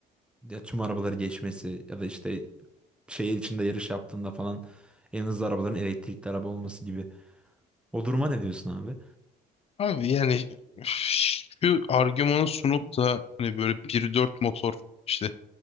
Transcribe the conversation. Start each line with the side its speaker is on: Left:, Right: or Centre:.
Centre: ya tüm arabaları geçmesi ya da işte şehir içinde yarış yaptığında falan en hızlı arabaların elektrikli araba olması gibi. O duruma ne diyorsun abi?
Left: Abi yani şu argümanı sunup da hani böyle bir nokta dört motor işte.